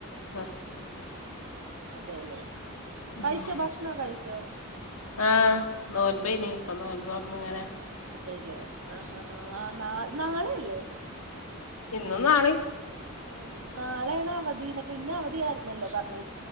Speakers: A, on the left; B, on the right.
A: ബസ്
B: അതെല്ലേ
A: ഉം
B: കഴിച്ചോ ഭക്ഷണോ കഴിച്ചോ
A: ആഹ് നോൻപോനീ ഇനി ഇപ്പൊ നോൻപോന്നങ്ങനെ
B: അതെല്ലേ ആഹ ആ ആ ആ നാ നാളെ അല്ലേ
A: ഇന്നും നാളെ
B: ആ നാളെയണ അവധി എന്നൊക്കെ ഇന്ന അവധിയ ആായിരുന്നല്ലോ പറഞ്ഞ